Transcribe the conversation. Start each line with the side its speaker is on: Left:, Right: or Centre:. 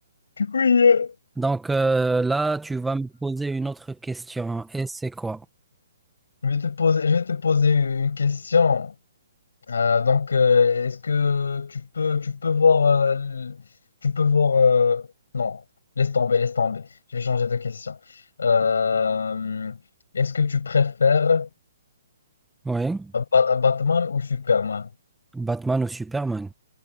Left: du coup, il- y a-
Centre: Donc euh, là, tu vas me poser une autre question. Et c'est quoi?
Left: je vais te poser, je vais te poser une question. Euh, donc, euh, est-ce que tu peux, tu peux voir, euh, l- tu peux voir, euh, non, laisse tomber, laisse tomber. Je vais changer de question. Euh, est-ce que tu préfères
Centre: Oui,
Left: Ba- Batman ou Superman?
Centre: Batman ou Superman?